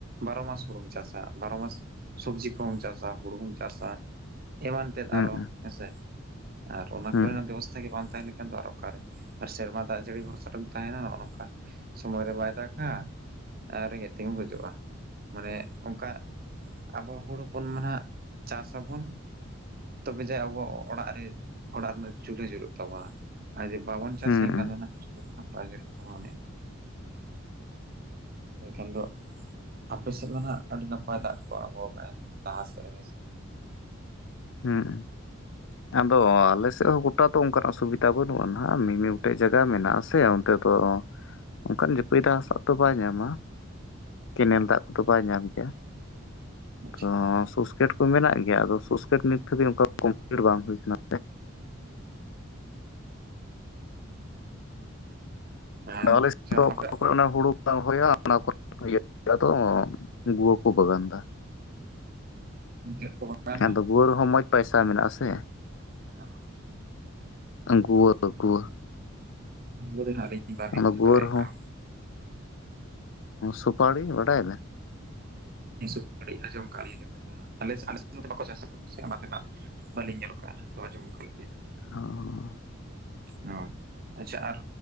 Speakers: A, on the right; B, on the left.
A: ᱵᱟᱨᱚ ᱢᱟᱥ ᱦᱩᱲᱩᱢ ᱪᱟᱥᱟ ᱵᱟᱨᱚ, ᱢᱟᱥ ᱥᱚᱵᱡᱤ ᱠᱚᱦᱚᱸᱢ ᱪᱟᱥᱟ, ᱦᱩᱲᱩ ᱦᱚᱢ ᱪᱟᱥᱟ, ᱮᱢᱟᱱ ᱛᱮᱫ
B: ᱦᱩᱸ
A: ᱟᱨᱚ ᱦᱮᱸ ᱥᱮ, ᱟᱨ ᱚᱱᱟ
B: ᱦᱩᱸ
A: ᱠᱚ ᱨᱮᱱᱟᱜ ᱵᱮᱵᱚᱥ ᱵᱟᱝ ᱛᱟᱦᱮᱸ ᱞᱮᱱᱠᱷᱟᱱ ᱫᱚ ᱟᱨ ᱚᱠᱟᱨᱮ, ᱟᱨ ᱥᱮᱨᱢᱟ ᱫᱟᱜ ᱡᱟᱹᱲᱤ ᱵᱷᱚᱨᱥᱟ ᱨᱮᱢ ᱛᱟᱦᱮᱸᱱᱟ ᱱᱚᱜᱼᱚ ᱱᱚᱝᱠᱟ, ᱥᱚᱢᱚᱭ ᱨᱮ ᱵᱟᱭ ᱫᱟᱜᱟ, ᱟᱨ ᱨᱮᱸᱜᱮᱡ ᱛᱮᱜᱮᱢ ᱜᱩᱡᱩᱜᱼᱟ᱾ ᱢᱟᱱᱮ ᱚᱝᱠᱟ ᱟᱵᱚ ᱦᱚᱲ ᱦᱚᱯᱚᱱ ᱢᱟ ᱱᱟᱦᱟᱜ ᱪᱟᱥ ᱟᱵᱚᱱ ᱛᱚᱵᱮ ᱡᱟᱣ ᱟᱵᱚ ᱚᱲᱟᱜ ᱨᱮ ᱚᱲᱟᱜ ᱨᱮᱱᱟᱜ ᱪᱩᱞᱦᱟᱹ ᱡᱩᱞᱟᱹᱜ ᱛᱚᱵᱟᱱᱟ, ᱟᱨ ᱡᱚᱫᱤ ᱵᱟᱵᱚᱱ ᱪᱟᱥ
B: ᱦᱩᱸ
A: ᱮᱱᱠᱷᱟᱱ
B: ᱦᱩᱸ
A: ᱫᱚ ᱦᱟᱸᱜ ᱪᱩᱞᱦᱟᱹ ᱜᱮ ᱱᱟᱦᱟᱜ ᱵᱟᱝ ᱡᱩᱞᱩᱜ ᱛᱟᱵᱚᱱᱟ ᱚᱱᱮ ᱚᱝᱠᱟ᱾ ᱮᱱᱠᱷᱟᱱ ᱫᱚ, ᱟᱯᱮ ᱥᱮᱫ ᱫᱚ ᱱᱟᱦᱟᱜ ᱟᱹᱰᱤ ᱱᱟᱯᱟᱭ ᱫᱟᱜ ᱠᱚ ᱟᱬᱜᱚ ᱠᱟᱜ-ᱟᱭ ᱞᱟᱦᱟ ᱥᱮᱫ ᱨᱮᱜᱮ ᱦᱮᱸ ᱥᱮ᱾
B: ᱦᱩᱸᱜ-ᱩ, ᱟᱫᱚ ᱟᱞᱮ ᱥᱮᱫ ᱨᱮᱦᱚᱸ ᱜᱚ ᱴᱟ ᱫᱚ ᱚᱝᱠᱟᱱᱟᱜ ᱥᱩᱵᱤᱫᱟ ᱵᱟᱹᱱᱩᱜᱼᱟ ᱱᱟᱦᱟᱜ ᱢᱤᱢᱤᱫ ᱜᱚᱴᱮᱡ ᱡᱟᱭᱜᱟ ᱢᱮᱱᱟᱜ-ᱟ ᱥᱮ ᱚᱱᱛᱮ ᱫᱚ ᱚᱱᱠᱟᱱ ᱡᱟᱹᱯᱤᱫᱟᱜ <unintelligible> ᱛᱚ ᱵᱟᱭ ᱧᱟᱢᱟ, ᱠᱮᱱᱮᱞ ᱫᱟᱜ ᱛᱚ ᱵᱟᱭ ᱧᱟᱢ ᱠᱮᱭᱟ᱾
A: ᱟᱪᱪᱷᱟ
B: ᱛᱚ ᱥᱩᱥᱠᱮᱴ ᱠᱚ ᱢᱮᱱᱟᱜ ᱜᱮᱭᱟ ᱟᱫᱚ ᱥᱩᱥᱠᱮᱴ ᱱᱤᱛ ᱫᱷᱟᱹᱵᱤᱡ ᱚᱱᱠᱟ ᱠᱚᱢᱯᱞᱤᱴ ᱵᱟᱝ ᱦᱩᱭ ᱠᱟᱱᱟ᱾
A: ᱟᱪᱪᱷᱟ,
B: ᱟᱞᱮ ᱥᱮᱫ ᱫᱚ
A: ᱟᱪᱪᱷᱟ ᱟᱯᱮ
B: ᱚᱠᱟ ᱠᱚᱨᱮ ᱚᱱᱟ ᱦᱩᱲᱩ ᱵᱟᱝ ᱦᱳᱭ-ᱟ ᱚᱱᱟ ᱠᱚ ᱨᱮ ᱤᱭᱟᱹ <inaudible> ᱦᱳᱭᱳᱜ-ᱟ ᱛᱚ, ᱜᱩᱣᱟᱹ ᱠᱚ ᱵᱟᱜᱟᱱᱫᱟ᱾
A: ᱪᱮᱫ ᱠᱚ ᱵᱟᱜᱟᱱ
B: ᱦᱮᱸ
A: ᱮᱱᱟ
B: ᱟᱫᱚ ᱜᱩᱣᱟᱹ ᱨᱮᱦᱚᱸ ᱢᱚᱡᱽ ᱯᱟᱭᱥᱟ ᱢᱮᱱᱟᱜ-ᱟ ᱥᱮ᱾
A: <inaudible>
B: ᱟᱸ ᱜᱩᱣᱟᱹ ᱫᱚ ᱜᱩᱣᱟᱹ᱾
A: <unintelligible> ᱨᱮ ᱱᱟᱦᱟᱜ ᱟᱞᱤᱧ ᱵᱟᱞᱤᱧ
B: ᱚᱱᱟ
A: ᱵᱩᱡᱷᱟᱣ
B: ᱜᱩᱣᱟᱹ
A: ᱫᱟᱲᱮ
B: ᱨᱮᱦᱚᱸ
A: ᱠᱟᱜᱼᱟ᱾
B: ᱥᱩᱯᱟᱲᱤ ᱵᱟᱰᱟᱭ ᱟᱵᱮᱱ?
A: ᱥᱩᱯᱟᱲᱤ ᱟᱸᱡᱚᱢ ᱠᱟᱜᱼᱟ ᱞᱤᱧ <inaudible> ᱟᱞᱮ ᱥᱮᱫ ᱟᱞᱮ ᱥᱮᱫ ᱱᱚᱛᱮ ᱵᱟᱠᱚ ᱪᱟᱥᱟ ᱠᱚ <inaudible> ᱵᱟᱹᱞᱤᱧ ᱧᱮᱞ ᱠᱟᱜᱼᱟ ᱨᱮᱦᱚᱸ ᱛᱚ ᱟᱸᱡᱚᱢ ᱠᱟᱜ ᱟᱞᱤᱧ᱾
B: ᱚᱻ᱾
A: ᱚ, ᱟᱪᱪᱷᱟ ᱟᱨ